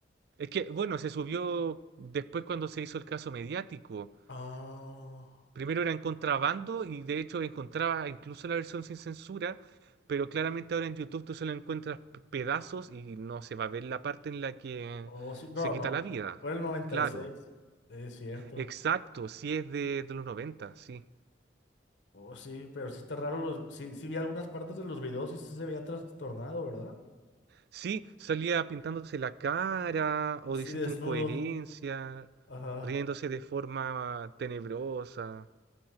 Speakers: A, on the right (about 60°); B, on the left (about 85°).
A: Es que, bueno, se subió después cuando se hizo el caso mediático.
B: Ah,
A: Primero era en contrabando y de hecho encontraba incluso la versión sin censura, pero claramente ahora en YouTube tú solo encuentras p- pedazos y no se va a ver la parte en la que
B: oh, sí, no,
A: se quita
B: no.
A: la vida.
B: Fue el noventa
A: Claro,
B: y seis, Es cierto.
A: exacto, sí es de, de los 90, sí.
B: Oh, sí, pero sí está raro. Los, sí, sí vi algunas partes de los videos y sí se veía trastornado, ¿verdad?
A: Sí, salía pintándose la cara o
B: Sí,
A: diciendo
B: desnudo.
A: incoherencia,
B: Ajá.
A: riéndose de forma tenebrosa.